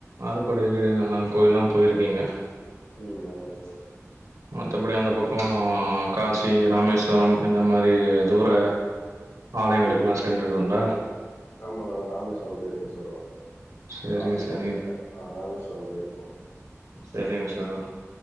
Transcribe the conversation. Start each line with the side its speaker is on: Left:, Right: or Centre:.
Right: ஆறுபடை வீடுகள்லா கோயில்லா போயிருக்கீங்க
Left: ம் ஆமா சகோ
Right: மத்தபடி அந்த பக்கோ காசி ராமேஸ்வரம் இந்த மாரி தூர ஆலயங்களுக்கெல்லா
Left: ம்
Right: சென்றது உண்டா
Left: ஆமா ராமேஸ்வரம் போயிருக்கே சகோ
Right: சேரிங்க
Left: காசி
Right: சேரிங்க
Left: போனதில்ல ஆ ராமேஸ்வரம் போயிருக்கோ
Right: செரிங்க சகோ